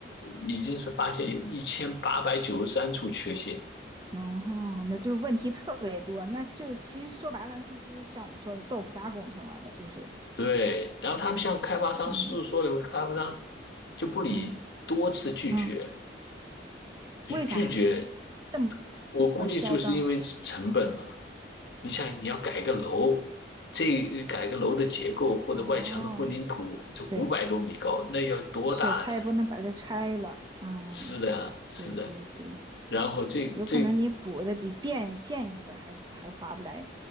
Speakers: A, on the left; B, on the right.
A: 已经是发现有一千八百九十三处缺陷。
B: 然后那就是问题特别多，那就其实说白了，那就就像我们说的豆腐渣工程了，那就是，
A: 对，然后他们向开发商诉说了以后，
B: 嗯
A: 开发商就不理，
B: 嗯
A: 多次拒绝，
B: 嗯，
A: 就拒绝。
B: 为啥这么
A: 我估计就是因为成本嘛。
B: 嚣张？
A: 你想，你要改个楼，这改个楼的结构或者外墙的混凝土，
B: 哦，
A: 这五百多米高，
B: 对，
A: 那要多大呢？
B: 是他也不能把它拆了啊，
A: 是的，是的。
B: 对对对，
A: 然后这这
B: 有可能你补的比变建一个还还划不来，